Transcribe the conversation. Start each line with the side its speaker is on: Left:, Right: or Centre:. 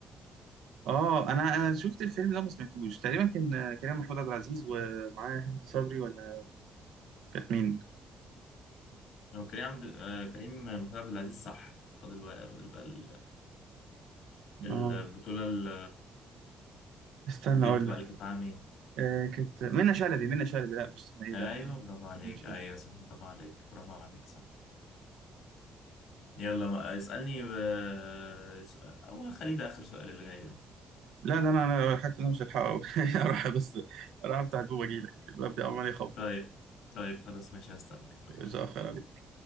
Right: اه انا شفت الفيلم ده ما سمعتوش تقريبا كان كريم محمود عبد العزيز ومعاه هند صبري ولا كانت مين
Left: لو كريم عبد آه، كريم آه، محمود عبد العزيز صح فاضل بقى- فاضل بقى ال- البطولة
Right: اه
Left: ال-
Right: استنى
Left: البنت
Right: اقول
Left: بقى
Right: لك
Left: اللي كانت معاها مين
Right: آه كانت منى شلبي منى شلبي لا مش اسمها ايه
Left: ايوه
Right: لا
Left: برافو عليك
Right: منى شلبي
Left: ايوه صح برافو عليك برافو عليك صح يلا ما اسألني آه، سؤال- هو خليه ده اخر سؤال اللي جاي ده.
Right: لا ده انا انا حتى انا مش هلحقه <laughs> اروح بس اروح افتح الباب واجي لك الباب ده عمال يخبط
Left: طيب طيب خلاص ماشي هستناك ماشي
Right: مش هأخر عليك